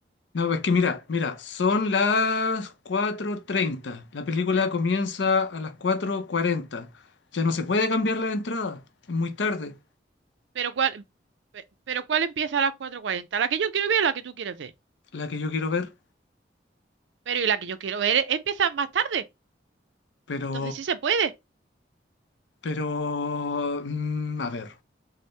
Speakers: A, on the left; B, on the right.
A: No, es que mira, mira, son las cuatro treinta. La película comienza a las cuatro cuarenta. Ya no se puede cambiar la entrada. Es muy tarde,
B: Pero ¿cuál, pe- pero ¿cuál empieza a las cuatro cuarenta? La que yo quiero ver, o la que tú quieres ver.
A: la que yo quiero ver.
B: Pero y la que yo quiero ver empieza más tarde.
A: Pero,
B: Entonces sí se puede.
A: pero, mm, a ver.